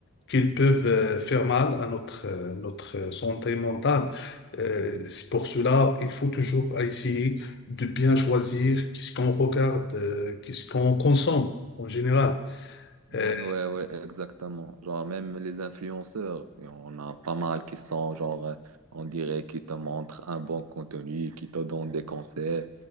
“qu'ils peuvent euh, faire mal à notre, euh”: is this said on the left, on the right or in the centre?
Left